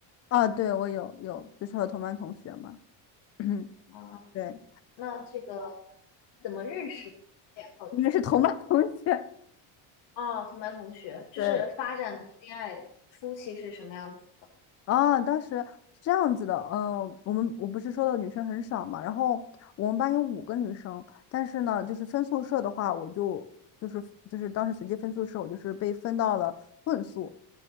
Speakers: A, on the left; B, on the left.
A: 啊，对，我有有，就是和同班同学嘛，<clears throat>
B: 啊，
A: 对，
B: 那这个怎么认识的呀？
A: 因为是同班同学，
B: 哦，同班同学，就是发展的恋爱初期是什么样子？
A: 对，啊，当时是这样子的，嗯、我们我不是说的女生很少嘛，然后我们班有五个女生，但是呢，就是分宿舍的话，我就就是就是当时随机分宿舍，我就是被分到了混宿，